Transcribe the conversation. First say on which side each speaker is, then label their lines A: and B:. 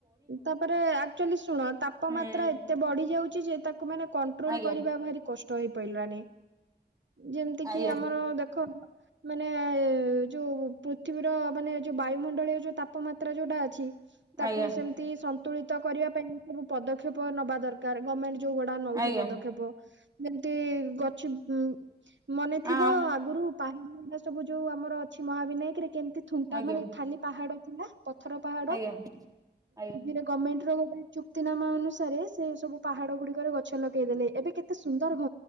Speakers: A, on the right (about 85°); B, on the right (about 20°).
A: ତାପରେ ଆକଚୋଲି ଶୁଣ ତାପମାତ୍ରା
B: ହୁଁ
A: ଏତେ ବଢ଼ିଯାଉଚି ଯେ ତା କୁ ମାନେ କଣ୍ଟ୍ରୋଲ
B: ଆଜ୍ଞା
A: କରିବା ଭାରି କଷ୍ଟ ହେଇପଇଲାଣି। ଯେମତି
B: ଆଜ୍ଞା
A: କିି ଆମର ଦେଖ ମାନେ ଯୋଉ ପୃଥିବୀର ମାନେ ଯୋଉ ବାୟୁମଣ୍ଡଳୀୟ ଯୋଉ ତାପମାତ୍ରା ଯୋଉଟା ଅଛି
B: ଆଜ୍ଞା
A: ତାକୁ ସେମତି ସନ୍ତୁଳିତ କରିବା ପାଇଁ ସବୁ ପଦକ୍ଷେପ ନବା ଦରକାର ଗମେଣ୍ଟ୍ ଯୋଉଗୁଡ଼ା ନୋଉଚି
B: ଆଜ୍ଞା
A: ପଦକ୍ଷେପ ଯେମତି ଗଛ ଉଁ ମନେ
B: ଆ
A: ଥିବ ଆଗୁରୁ <inaudible> ସବୁ ଯୋଉ ଆମର ଅଛି ମହାବିନାୟକରେ କେମତି ଥୁଣ୍ଟା
B: ଆଜ୍ଞା
A: ମାନେ ଖାଲି ପାହାଡ଼ ଥିଲା ପଥର ପାହାଡ
B: ଆଜ୍ଞା ଆଜ୍ଞା
A: ଦିନେ ଗମେଣ୍ଟ୍ ଗମେଣ୍ଟର ଗୋଟେ ଚୁକ୍ତିନାମା ଅନୁସାରେ ସେ ସବୁ ପାହାଡ଼ ଗୁଡ଼ିକରେ ଗଛ ଲଗେଇଦେଲେ ଏବେ କେତେ ସୁନ୍ଦର ଘ